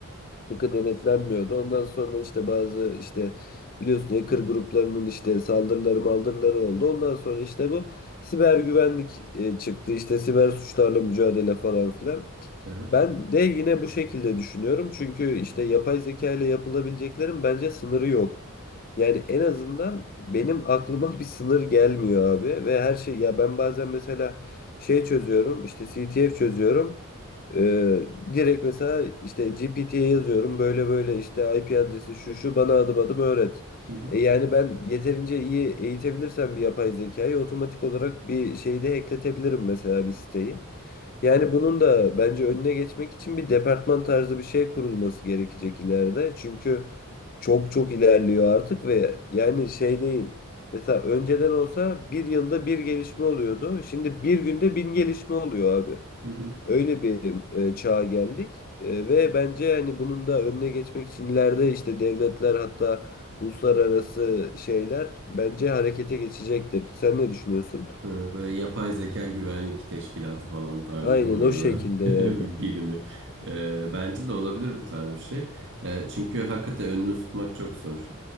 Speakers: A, on the left (about 40°); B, on the right (about 55°).
A: sıkı denetlenmiyordu. Ondan sonra işte bazı işte biliyorsun hacker gruplarının işte saldırıları maldırıları oldu. Ondan sonra işte bu siber güvenlik e, çıktı. İşte siber suçlarla mücadele falan filan.
B: Aha.
A: Ben de yine bu şekilde düşünüyorum. Çünkü işte yapay zeka ile yapılabileceklerin bence sınırı yok. Yani en azından benim aklıma <laughs> bir sınır gelmiyor abi ve her şey ya ben bazen mesela şey çözüyorum işte CTF çözüyorum. Ee, direkt mesela işte GPT'ye yazıyorum böyle böyle işte IP adresi şu şu bana adım adım öğret.
B: Hı hı.
A: E yani ben yeterince iyi eğitebilirsem bir yapay zekayı otomatik olarak bir şeyde ekletebilirim mesela bir siteyi. Yani bunun da bence önüne geçmek için bir departman tarzı bir şey kurulması gerekecek ileride. Çünkü çok çok ilerliyor artık ve yani şey değil. Mesela önceden olsa bir yılda bir gelişme oluyordu. Şimdi bir günde bin gelişme oluyor abi.
B: Hı hı.
A: Öyle bir e, çağa geldik. E, ve bence yani bunun da önüne geçmek için ileride işte devletler hatta uluslararası şeyler bence harekete geçecektir. Sen ne düşünüyorsun?
B: Ha, Böyle yapay zeka güvenlik teşkilatı falan tarzı
A: Aynen
B: değil mi?
A: o
B: Ya
A: şekilde
B: da <laughs>
A: yani.
B: bir birimi. Ee, bence de olabilir bu tarz bir şey. Ee, çünkü hakikaten önünü tutmak çok zor.